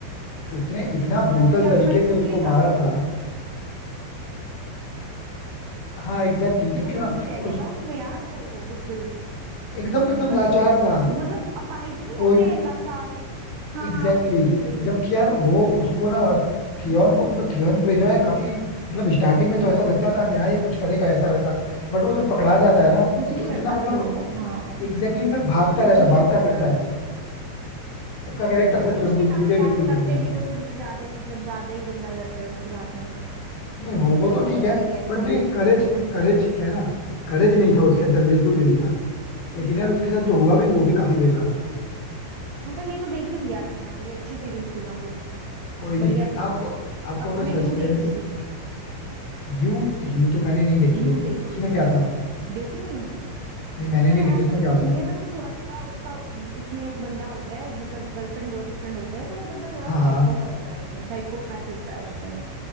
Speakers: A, on the left; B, on the right.
A: उसने इतना
B: कुछ पता
A: ब्रूटल
B: नहीं क्या
A: तरीके
B: कठपुतली
A: से उसको
B: था
A: मारा
B: वो
A: था हाँ एग्जैक्टली exactly,
B: वो
A: क्योंकि
B: बन
A: ना
B: के रह गया
A: उस
B: था उसमें यार वो बिल्कुल
A: एकदम
B: ब-
A: एकदम
B: मतलब
A: लाचार सा
B: मतलब अपाहिज नहीं
A: कोई
B: होते
A: भी
B: हैं लाचार हाँ
A: एग्जैक्टली
B: वही
A: exactly,
B: वही वही वही
A: जबकि
B: वही
A: यार वो उसको ना थियोन को मतलब थियोन को जो है काफी मतलब स्टार्टिंग में तो ऐसा लगता था कि हाँ ये कुछ करेगा ऐसा वैसा बट वो जब पकड़ा जाता है ना
B: कुछ नहीं
A: तो इतना
B: करता
A: मतलब
B: फिर वो हाँ
A: एग्जैक्टली exactly, ना भागता
B: कुछ
A: रहता
B: नहीं कर
A: भागता
B: पाता
A: फिरता है उसका कैरेक्टर
B: अ,
A: सच में
B: उसके
A: मुझे
B: साथ
A: मुझे
B: यार
A: बिल्कुल
B: करते
A: पसंद नहीं आता
B: भी तो कुछ ज्यादा ही मतलब ज्यादा ही गंदा करते हैं उसके साथ में
A: नहीं हो वो
B: फिर
A: तो
B: तो
A: ठीक
B: होना
A: है
B: ही है
A: बट
B: कोई
A: नहीं
B: भी
A: करेज
B: सहम
A: करेज
B: जाएगा
A: क्या है ना करेज नहीं था उसके अंदर बिल्कुल भी नहीं था
B: हम्म।
A: लेकिन यार उसके साथ जो हुआ भी वो भी काफी बेकार था
B: हाँ तो ये तो देखी थी यार मैंने ये अच्छी सीरीज थी काफी
A: कोई
B: बढ़िया
A: नहीं
B: थी
A: आपको आपको
B: अब
A: अगर
B: मैं यू
A: सस्पेंस
B: देख रही थी
A: यू यू तो मैंने नहीं देखी
B: यू
A: है
B: देख
A: उसमें
B: रही थी
A: क्या था
B: देखी नहीं
A: नहीं मैंने
B: उसमें
A: नहीं
B: ऐसा
A: देखी उसमें
B: तो
A: क्या
B: कुछ
A: होता
B: नहीं
A: है
B: है बस वो थोड़ा उसका उसमें एक बंदा होता है मतलब गर्लफ्रेंड बॉयफ्रेंड होते हैं तो वो बंदा थोड़ा
A: हाँ
B: साइको
A: हाँ
B: सा होता है उसमें साइकोपैथ होता है उसमें वो